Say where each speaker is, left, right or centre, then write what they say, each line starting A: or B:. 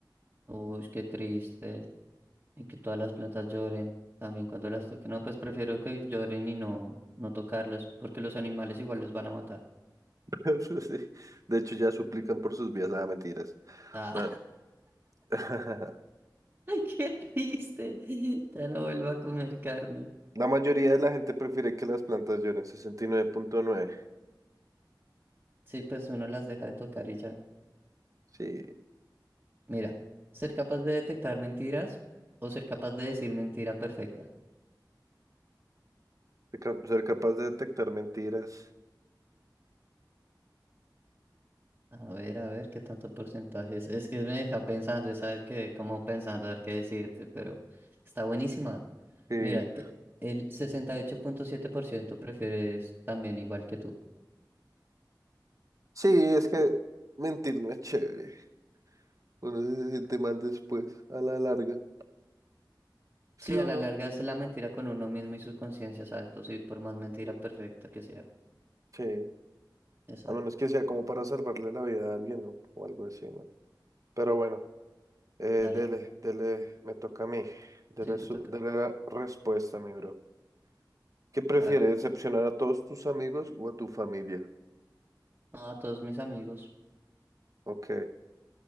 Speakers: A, on the right; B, on the right.
A: Uy, qué triste. Y que todas las plantas lloren también cuando las toquen. No, pues prefiero que lloren y no, no tocarlas porque los animales igual los van a matar.
B: <laughs> Sí. De hecho, ya suplican por sus vidas. Ah, mentiras.
A: Ah,
B: Bueno, <laughs>
A: <laughs> ay, qué triste. Ya no vuelvo a comer carne.
B: la mayoría de la gente prefiere que las plantas lloren. sesenta y nueve punto nueve.
A: Sí, pues uno las deja de tocar y ya.
B: Sí,
A: Mira, ser capaz de detectar mentiras o ser capaz de decir mentira perfecta.
B: ser cap- ser capaz de detectar mentiras.
A: A ver, a ver, qué tanto porcentaje es. Es que me deja pensando, sabes que como pensando a ver qué decirte, pero está buenísima.
B: Sí.
A: Mira, e- el 68.7% prefiere es también igual que tú.
B: Sí, es que mentir no es chévere. Uno se siente mal después, a la larga. ¿Sí
A: Sí,
B: o
A: a la
B: no?
A: larga es la mentira con uno mismo y su conciencia, exacto. Sí, por más mentira
B: Mm,
A: perfecta que sea.
B: Sí.
A: Exacto.
B: A menos que sea como para salvarle la vida a alguien, ¿no? O algo así, ¿no? Pero bueno, eh,
A: Dale,
B: dele, dele, me toca a mí. Dele,
A: sí, te
B: su,
A: toca.
B: dele la respuesta, mi bro. ¿Qué prefieres,
A: A ver.
B: decepcionar a todos tus amigos o a tu familia?
A: A todos mis amigos.
B: Ok,